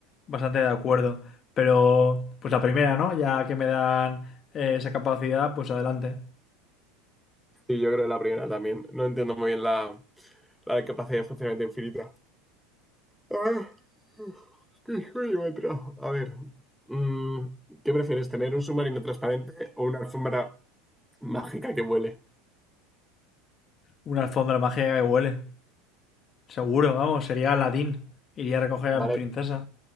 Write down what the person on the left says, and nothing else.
bastante de acuerdo. Pero, pues la primera, ¿no? Ya que me dan eh, esa capacidad, pues adelante.
Una alfombra mágica que huele. Seguro, vamos, sería Aladdin. Iría a recoger a
mi princesa.